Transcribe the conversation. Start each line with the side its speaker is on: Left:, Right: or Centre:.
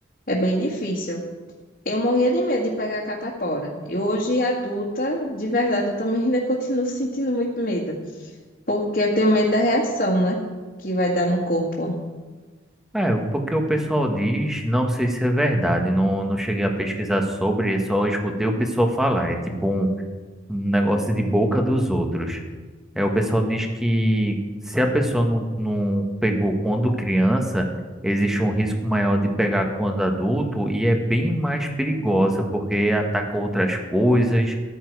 Left: é bem difícil. Eu morria de medo de pegar a catapora. E hoje, adulta, de verdade, eu também <laughs> ainda continuo sentindo muito medo. Porque eu tenho medo da reação, né? Que vai dar no corpo.
Centre: É, porque o pessoal diz, não sei se é verdade, não, não cheguei a pesquisar sobre, só escutei o pessoal falar. É tipo um, um negócio de boca dos outros. É, o pessoal diz que se a pessoa não, não pegou quando criança, existe um risco maior de pegar quando adulto e é bem mais perigosa, porque ataca outras coisas.